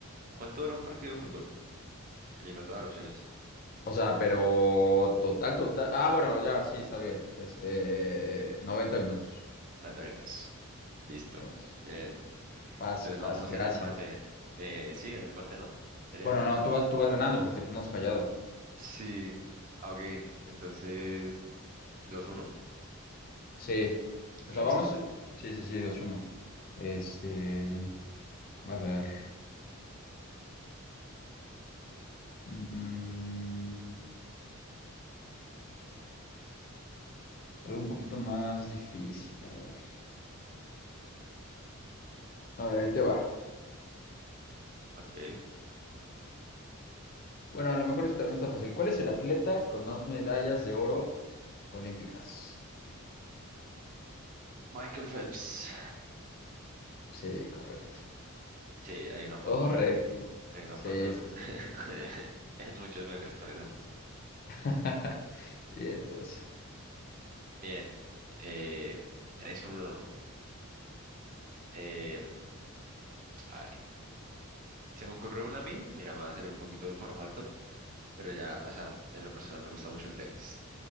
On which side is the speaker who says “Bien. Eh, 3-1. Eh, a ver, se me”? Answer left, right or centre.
Right